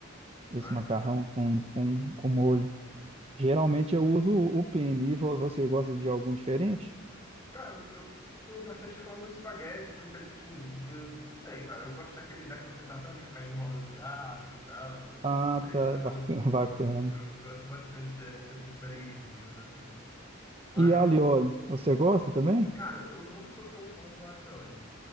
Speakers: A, on the left; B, on the right.
A: Demais,
B: esse macarrão
A: cara.
B: com, com, com molho. Geralmente eu uso o o penne. E vo- você gosta de algum diferente?
A: Cara, eu, eu sou bastante fã do espaguete, do fettuccine, porque, não sei, cara, eu gosto daquele, daquela sensação de ficar enrolando o garfo e tal. Eu
B: Ah,
A: não sei,
B: tá.
A: mas
B: É Bacana.
A: eu,
B: <laughs> bacana.
A: eu gosto bastante de- dessa experiência, digamos assim, né? Mas,
B: E alho e óleo, você gosta também?
A: cara, eu não sou tão fã do alho e óleo.